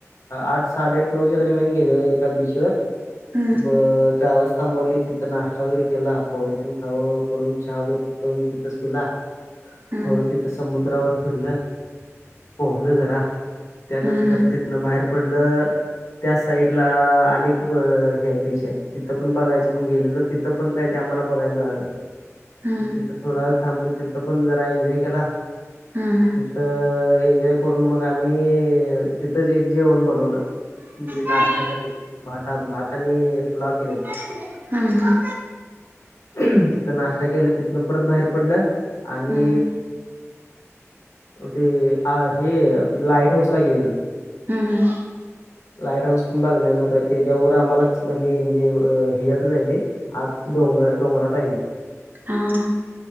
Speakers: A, on the left; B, on the right.
A: आठ साडेआठ नऊच्या दरम्यान गेलेलो एका बीचवर.
B: हम्म
A: ब ट्रॅव्हल्स थांबवली तिथं नाश्ता वगैरे केला पोहे तेन खाव करून चहा व कवून तिथंच पिला.
B: हम्म
A: थोडं तिथं समुद्रावर फिरलं पोहलं जरा. त्यानंतर
B: हम्म
A: तिथनं बाहेर पडलं. त्या साईड ला अनेक हे बीच आय तिथं पण बघायचं म्हण गेलेलो ती थ -पण काय ते आम्हाला बघाय मिळाल नाय.
B: हम्म
A: मग तिथं थोडा वेळ थांबलो, तिथं पण जरा एन्जॉय केला.
B: हा हा.
A: तिथं एन्जॉय करून मग आम्ही तिथंच एक जेवण बनवलं म्हणजे नाश्त्यासाठी
B: हम्म.
A: भातात-भातानी पुलाव केलेला.
B: <inaudible> हा हा.
A: करून तिथं नाश्ता केलं तिथनं परत बाहेर पडलं आणि
B: हम्म.
A: ओ, ते, आ, हे लाईट हाऊस ला गेलेलं.
B: हा हा.
A: लाईट हाऊस पण बघण्याजोग आहे. ते त्याच्यावर आम्हांला आम्ही म्हणजे ह्याच्यातच आहे ते. आत डोंगर-डोंगरात आहे ते.
B: हा हा.